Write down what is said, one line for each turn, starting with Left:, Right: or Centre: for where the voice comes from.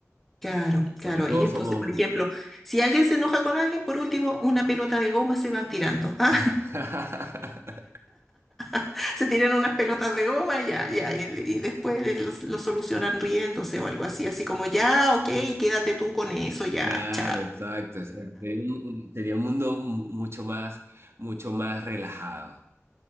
Centre: Claro, claro.
Right: porque todos
Centre: Y entonces,
Right: somos.
Centre: por ejemplo, si alguien se enoja con alguien, por último, una pelota de goma se van tirando. ¿ah?
Right: <laughs>
Centre: <laughs> Se tiran unas pelotas de goma y ya, ya. Y, y después los- lo, solucionan riéndose o algo así, así como ya, ok, quédate tú con eso, ya,
Right: Claro,
Centre: chao.
Right: exacto, exacto. Sería un, un- sería un mundo mu- mucho más, mucho más relajado.